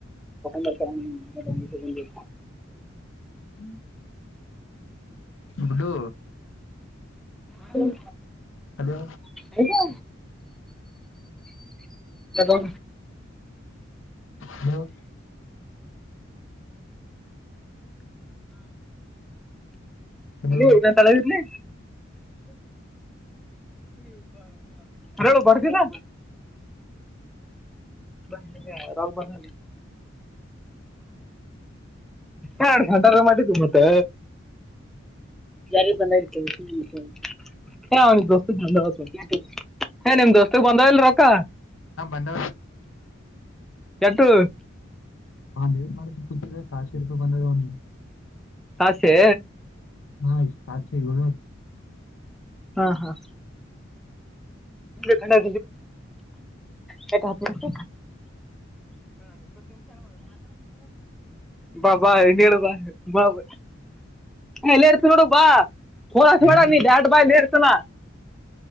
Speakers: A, in the centre; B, on the left.
A: ರ್ತ.
B: ಹ್ಮ್. ಬಡು
A: ಹ್ಮ್
B: ಹಲೋ.
A: ಹಾ ಅ.
B: ಹ್ಮ. ಹಲೋ
A: ಇಲ್ಲಿ ಇದನ್ ತಳದರ್ಲಿ.. ಮದರ ಬರ್ತಿನ.. ಬ ರೋಗ ಬಧ. ಹಡ್ಂಟ ಮಾಡಿದ್ದು ಮತ್ತೆ.. ಯಾರ ಬಂದ ಇಡ್ತದೆ.. ಹ ಅವ್ ದೋಸ್ತ ಬಂದ ನಿಮ್ ದೋಸ್ತಕ್ ಬಂದವಲ್ ರೊಕ್ಕ..
B: ಹಂಡ.
A: ಕೆಟ್ಟು.
B: ಒಂದ ಏನ್ ಮಾಡ್ಬೇಕು ಕೂತ್ರ ಸಾರ್ಶ ರೂಪಾಯಿ ಬಂದ ಒ್ಲ..
A: ಆಸೆ.
B: ಹಾ ಸಾಚೀ ಗಣು..
A: ಹಾ ಹಾ.. ನಿ ಖಂಡವ.. ಕ ಹತ್ ಶ.. ಬಾ ಬಾ ಬಾ ಬಾ ಬ ಎಲ್ಲರ್ತ ನೋಡು ಬಾ ೋಡ ೋಡ
B: ಏನ್
A: ನೀ ದಾಡ್ ಬಾಯ್ ನೇರ್ತನ